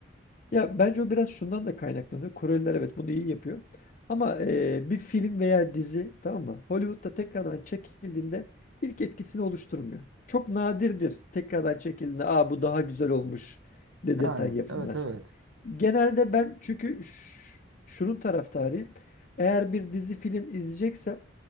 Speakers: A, on the left (about 45°); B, on the right (about 75°).
A: Ya bence o biraz şundan da kaynaklanıyor. Koreliler evet bunu iyi yapıyor. Ama e, bir film veya dizi tamam mı? Hollywood'da tekrardan çekildiğinde ilk etkisini oluşturmuyor. Çok nadirdir tekrardan çekildiğinde aa bu daha güzel olmuş dedirten
B: Yani
A: yapımlar.
B: evet evet.
A: Genelde ben çünkü ş- şunun taraftarıyım. Eğer bir dizi film izleyeceksem